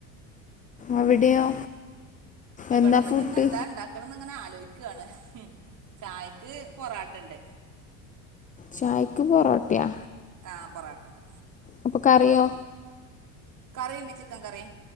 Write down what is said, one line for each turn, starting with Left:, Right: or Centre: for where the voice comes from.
Left: അവിടെയോ?
Right: ഇവിടെപ്പം
Left: എന്താ ഫുഡ്
Right: ഇന്ന് എന്താ ഉണ്ടാക്കണംന്ന് അങ്ങനെ ആലോചിക്കുവാണ് ചായക്ക് പൊറാട്ട ണ്ട്
Left: ചായക് പറോട്ടയാ
Right: ആ പൊറാട്ടണ്ട്
Left: അപ്പൊ കറിയോ
Right: കറിണ്ട് ചിക്കൻ കറി